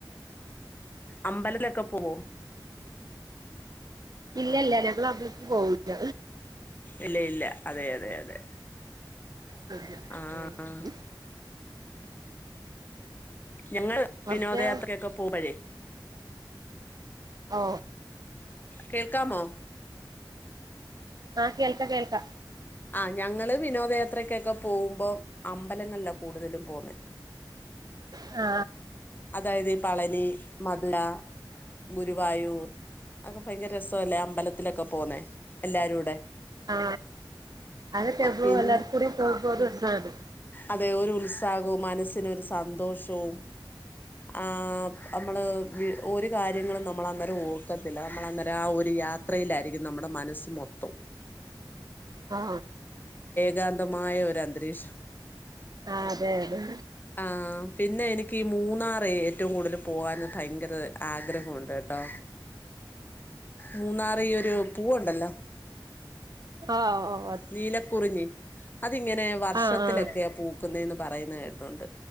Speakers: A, on the left (about 25°); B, on the right (about 50°).
A: അമ്പലത്തൊക്കെ പോവോ
B: ഇല്ല ഇല്ല ഞങ്ങൾ അമ്പലത്തിൽ പോവൂല്ല
A: ഇല്ല ഇല്ല അതെ അതെ അതെ
B: അ
A: ആഹ്
B: ഉ
A: ഞങ്ങൾ
B: കുറച്ച്
A: വിനോദയാത്രൊക്കെ പോപഴേ
B: ഓ
A: കേൾക്കാമോ
B: ആകേൾക്ക കേൾക്ക
A: ആ് ഞങ്ങള് വിനോദയാത്രക്കൊക്കെ പോകുമ്പോ അമ്പലങ്ങളിലൊക്കെ കൂടുതലും പോണ്
B: ആ
A: അതായത് ഈ പളനി മധുര ഗുരുവായൂർ ഒക്കെ ഭയങ്കര രസല്ലേ അമ്പലത്തിലൊക്കെ പോന്നേ എല്ലാരും കൂടെ
B: ആ അതൊപോ
A: പിന്നെ
B: എല്ലാർ കൂടി പോകുമ്പോത് ഇതാണ്
A: അതെ ഒരു ഉത്സാഹവും മനസ്സിനൊരു സന്തോഷവും ആ നമ്മള് ഒരു കാര്യങ്ങളും നമ്മൾ അന്നേരം ഓക്കത്തില്ല നമ്മള അന്നേരം ആ ഒരു യാത്രയിലായിരിക്കും നമ്മുടെ മനസ്സ് മൊത്തവും
B: ആ
A: ഗാന്തമായ ഒര് അന്തരീക്ഷം
B: ആഹ് അതെ അതെ
A: ആഹ് പിന്നെ എനിക്ക് ഈ മൂന്നാറെ ഏറ്റവും കൂടുതൽ പോവാൻ ഭയങ്കര ആഗ്രഹമുണ്ട് ട്ടോ മൂന്നാർ ഈ ഒരു പൂവുണ്ടല്ലോ
B: ആഹ് ആഹ്
A: നീലക്കുറിഞ്ഞി അതിങ്ങനെ വർഷത്തിലെക്കയാ
B: ആഹ് ആഹ്
A: പൂക്കുന്നെന്ന് പറയുന്ന കേട്ടുണ്ട്